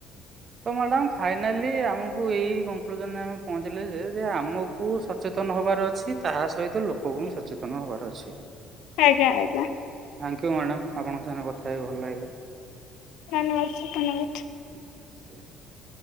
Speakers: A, on the right; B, on the left.
A: ତ ମ୍ୟାଡାମ ଫାଇନାଲି ଆମକୁ ଏଇ କନକ୍ଲୁଜନରେ ଆମେ ପହଞ୍ଚିଲେ ଯେ ଆମକୁ ସଚେତନ ହବାର ଅଛି। ତାହା ସହିତ ଲୋକଙ୍କୁ ବି ସଚେତନ ହବାର ଅଛି।
B: ଆଜ୍ଞା ଆଜ୍ଞା।
A: Thank you madam. ଆପଣଙ୍କ ସାଙ୍ଗରେ କଥା ହେଇ ଭଲ ଲାଗିଲା।
B: <inaudible>
A: ଆ